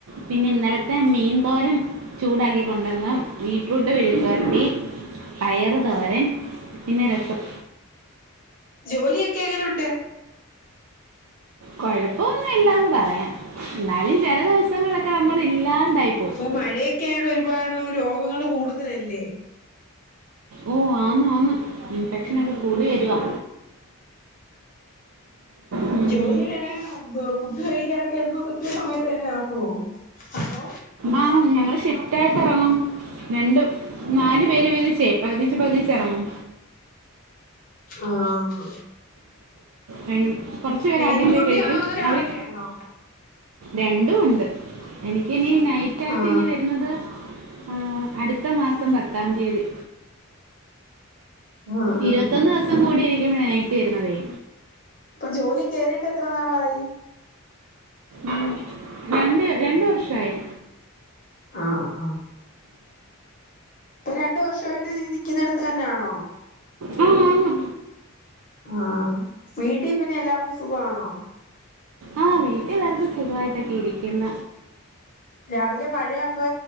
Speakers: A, on the right; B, on the left.
A: പിന്നെ ഇന്നലത്തെ മീൻന്തോരൻ ചൂടാക്കി കൊണ്ടന്ന് വീ റ്റ്ട്രുട്ട് മെഴുക്കരട്ടി പയറ്
B: ആ
A: തോരൻ പിന്നെ രസം
B: ജോലിയൊക്കെ എങ്ങനെണ്ട്
A: കൊഴപ്പൊമൊന്നുല്ലാന്ന് പറയാം എന്നാലും ചെല ദിവസങ്ങളൊക്കെ നമ്മള് ഇല്ലാണ്ടായി പോവും
B: ഇപ്പൊ മഴയൊക്കെ ആയോണ്ട് ഒരുപാട് രോഗങ്ങള് കൂടുതലല്ലേ
A: ഓഹ് ആന്ന് ആന്ന് ഇൻഫെക്ഷനൊക്കെ കൂടി വരുവാ ഉം.
B: ജോലി <unintelligible> ഫുഡ് കഴിക്കാനൊക്കെ എന്നും കൃത്യ സമയത്ത് തന്നെ ഇറങ്ങോ, ഹലോ
A: ആ ഞങ്ങള് സെറ്റായിട്ട് ഇറങ്ങും രണ്ട് നാല് പേര് വീതിച്ചേ പകുതി ച്ചേ പകുതി ച്ചേ ഇറങ്ങും
B: ആഹ്
A: ആ കൊറച്ചു പേരെ
B: നൈറ്റ്
A: ആദ്യം
B: ഡ്യൂട്ടി
A: പോയി കഴിക്കും
B: ആണോ അതോ രാവിലെയാണോ
A: അവര് രണ്ടും ഉണ്ട് എനിക്ക് ഇനി നൈറ്റായിട്ട്
B: ആ
A: ന്ന് വരുന്നത് ആഹ്അടുത്ത മാസം പത്താം തീയതി
B: ആ ആ ആ
A: ഇരുപത്തൊന്ന് ദിവസം കൂടി ഇരിക്കുമ്പ നൈറ്റ് വരുന്നതേ
B: ഇപ്പൊ ജോലി കയറിയിട്ട് എത്ര നാളായി
A: ഉം രണ്ട് രണ്ട് വർഷായി
B: ആഹ് ആഹ് ഇപ്പം രണ്ടു വർഷവായിട്ട് ഈ നിക്കുന്നെട്ത്ത്ന്നെയാണോ
A: ആ ആന്ന്
B: ആഹ് വീട്ടീ പിന്നെ എല്ലാർക്കും സുഖാണോ
A: ആഹ് വീട്ടില് ർക്കുല്ലാ സുഖവായിട്ടൊക്കെ ഇരിക്കുന്ന
B: രാവിലെ മഴയാകുമ്പോ